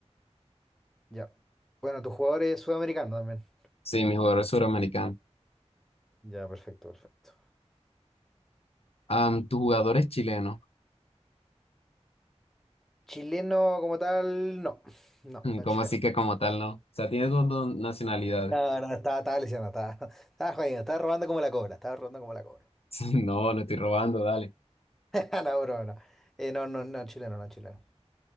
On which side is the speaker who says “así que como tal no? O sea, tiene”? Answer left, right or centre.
Left